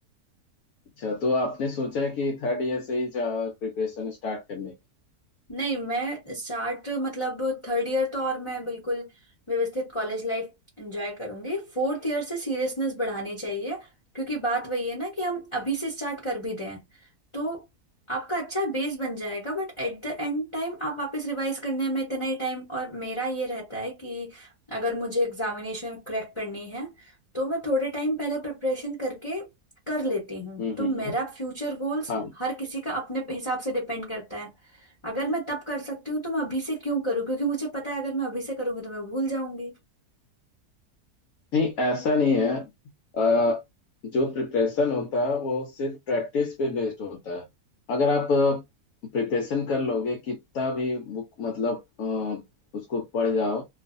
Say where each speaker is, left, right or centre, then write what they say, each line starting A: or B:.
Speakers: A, on the left; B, on the left.
A: अच्छा तो आपने सोचा कि थर्ड ईयर से ही प्रिपरेशन स्टार्ट करने का
B: नहीं मैं स्टार्ट मतलब थर्ड ईयर तो और मैं बिल्कुल व्यवस्थित कॉलेज लाइफ एंजॉय करूंगी फोर्थ ईयर से सीरियसनेस बढ़ानी चाहिए क्योंकि बात वही है ना कि हम अभी से स्टार्ट कर भी दें तो आपका अच्छा बेस बन जाएगा but at the end time आप वापस रिवाइज करने में इतना ही टाइम और मेरा ये रहता है कि अगर मुझे एग्जामिनेशन क्रैक करनी है तो मैं थोड़े टाइम पहले प्रिपरेशन करके कर लेती हूँ
A: हम्म
B: तो मेरा फ्यूचर गोल्स
A: हम्म
B: हर किसी का अपने हिसाब से डिपेंड करता है अगर मैं तब कर सकती हूँ तो मैं अभी से क्यों करूँ क्योंकि मुझे पता है अगर मैं अभी से करूंगी तो मैं भूल जाऊंगी
A: नहीं ऐसा नहीं है अ, जो प्रिपरेशन होता है वो सिर्फ प्रैक्टिस पे बेस्ड होता है अगर आप प्रिपरेशन कर लोगे कितना भी बुक मतलब अ, उसको पढ़ जाओ